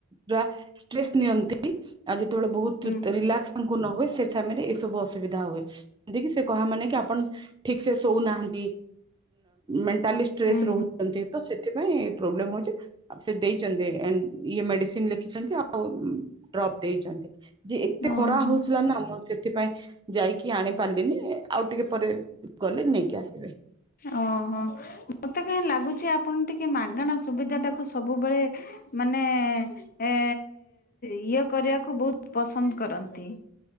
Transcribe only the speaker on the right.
ପୁରା ଷ୍ଟ୍ରେସ୍ ନିଅନ୍ତି ଆଉ ଯେତେବେଳେ ବହୁତ୍
ରିଲାକ୍ସ ତାଙ୍କୁ ନ ହୁଏ ସେ ସମୟ ରେ ଏସବୁ ଅସୁବିଧା ହୁଏ। <unintelligible> ସେ କହା ମାନେ କି ଆପଣ ଠିକସେ ଶୋଉନାହାନ୍ତି। ମେଣ୍ଟାଲି ଷ୍ଟ୍ରେସ୍
ରହୁ
ତ ସେଥିପାଇଁ ଏଇ ପ୍ରୋବ୍ଲମ୍ ହଉଚି ଆଉ ସେ ଦେଇଚନ୍ତି ଏନ୍ ଇଏ ମେଡ଼ିସିନ୍। ଲେଖିଚନ୍ତି ଆଉ ଡ୍ରପ୍ ଦେଇଛନ୍ତି ଯେ ଏତେ
ଖରା ହଉଥିଲା ନା ମୋ ସେଥିପାଇଁ ଯାଇକି ଆଣି ପାରିଲିନି ଆଉ ଟିକେ ପରେ ଗଲେ ନେଇକି ଆସିବି।